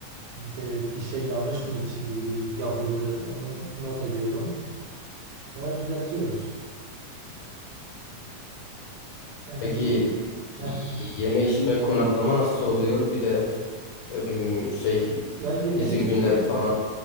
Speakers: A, on the right (about 70°); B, on the left (about 75°).
A: de bir şey yanlış mı çizildi, yapıldı onu not ediyorum. Sonra düzeltiyoruz. Yani
B: Peki
A: a- heh.
B: yeme içme konaklama nasıl oluyor? Bir de em, şey
A: ya yemeği
B: izin
A: işte,
B: günleri falan.